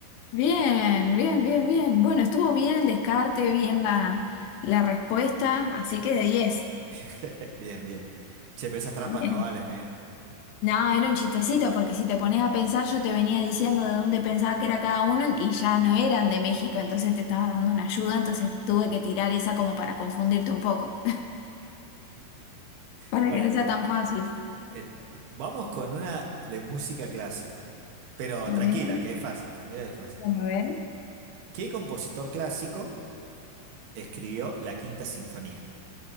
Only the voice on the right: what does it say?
<laughs> Bien, bien. Che, pero esas trampas
no valen, ¿eh?
Bueno,
eh, vamos con una de música clásica, pero
tranquila,
que es fácil, tranquila que es fácil.
¿Qué compositor clásico escribió la Quinta Sinfonía?